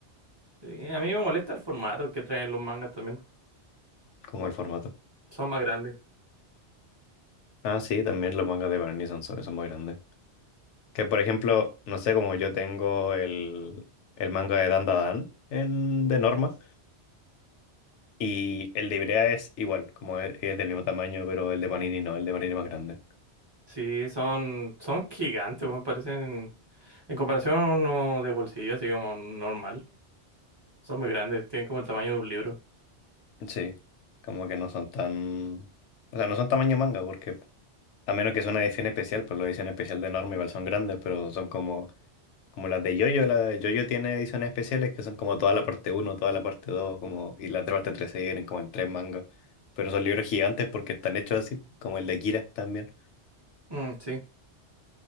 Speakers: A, on the right (about 30°); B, on the left (about 85°).
A: Y a mí me molesta el formato que traen los mangas también.
B: como el formato.
A: Son más grandes.
B: Ah, sí, también los mangas de Barney son, son son muy grandes. Que por ejemplo, no sé, como yo tengo el, el manga de Dandadan en, de Norma y el de Ibrea es igual, como es, es del mismo tamaño, pero el de Panini no, el de Panini es más grande.
A: Sí, son, son gigantes, me parecen. En comparación a uno de bolsillo, así como normal. Son muy grandes, tienen como el tamaño de un libro.
B: Sí, como que no son tan... O sea, no son tamaño manga porque a menos que sea una edición especial, pues la edición especial de Norma igual son grandes, pero son como Como las de Yoyo, la de Yoyo tiene ediciones especiales que son como toda la parte uno toda la parte 2 como, y la otra parte 3 se vienen como en tres mangas. Pero son libros gigantes porque están hechos así, como el de Kira también.
A: Mm, sí.